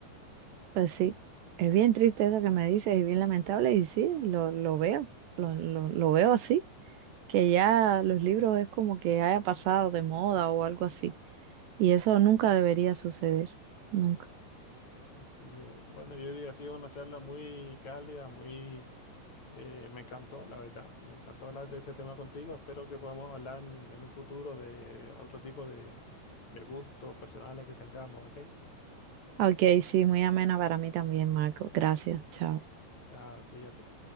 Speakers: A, on the right; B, on the left.
A: Pues sí, es bien triste eso que me dices, es bien lamentable y sí, lo, lo veo, lo, lo, lo veo así, que ya los libros es como que haya pasado de moda o algo así, y eso nunca debería suceder, nunca.
B: Así es. Bueno, yo diría, ha sido una charla muy cálida, muy... eh, me encantó, la verdad. Me encantó hablar de este tema contigo. Espero que podamos hablar en, en un futuro de otro tipo de, de gustos personales que tengamos, ¿ok?
A: Ok, sí, muy amena para mí también, Marco. Gracias, chao.
B: Chao, cuídate.